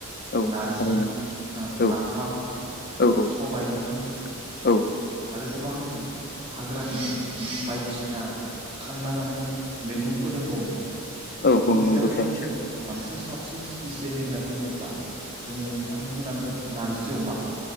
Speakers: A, on the left (about 45°); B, on the right (about 25°).
A: औ
B: नारजि
A: थारैनो
B: हो
A: औ
B: नाफाम
A: औ औ
B: सबाय ओंख्रि
A: औ
B: आरो गोबां हाग्रानि बायदिसिना खांना जानाय मैगंफोर दंबावो नोंथां
A: औ
B: बिनि
A: औ नंगौ
B: सायावनो
A: थारै
B: जोङो बांसिन साबसिन स्पिसियेलि होनना बुङोब्ला जोङो नोंथां बुंनांगोन नारजि अमा